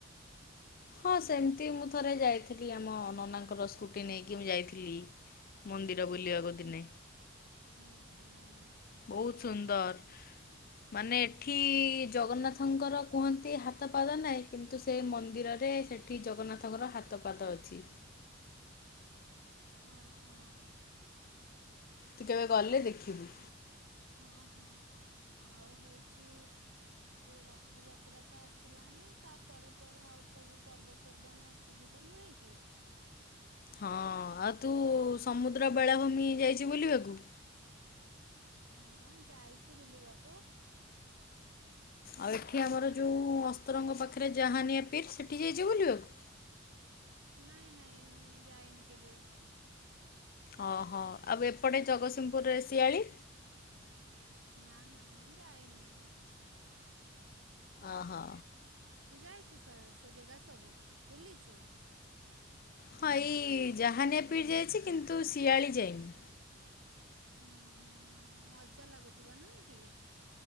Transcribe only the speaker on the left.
ହଁ ସେମିତି ମୁଁ ଥରେ ଯାଇଥିଲି ଆମ ନନାଙ୍କର ସ୍କୁଟି ନେଇକି ମୁଁ ଯାଇଥିଲି ମନ୍ଦିର ବୁଲିବାକୁ ଦିନେ।
ବହୁତ ସୁନ୍ଦର। ମାନେ ଏଠି ଜଗନ୍ନାଥଙ୍କର କୁହନ୍ତି ହାତ ପାଦ ନାହିଁ କିନ୍ତୁ ସେ ମନ୍ଦିରରେ ସେଠି ଜଗନ୍ନାଥଙ୍କର ହାତ ପାଦ ଅଛି।
ତୁ କେବେ ଗଲେ
ଦେଖିବୁ?
ହଁ ଆଉ ତୁ ସମୁଦ୍ର ବେଳାଭୂମି ଯାଇଚି ବୁଲିବାକୁ?
ଆଉ ଏଠି ଆମର ଯୋଉ ଅସ୍ତ୍ରଙ୍କ ପାଖରେ ଜହାନିଆ ପିର ସେଠି ଯାଇଛି ବୁଲିବାକୁ।
ଓହୋ ଆଉ ଏପଟେ ଜଗତସିଂହପୁରରେ ଶିଆଳି?
ଓ ହୋ।
ହଁ ଏଇ ଜହାନିଆ ପିର ଯାଇଛି କିନ୍ତୁ ଶିଆଳି ଯାଇନି।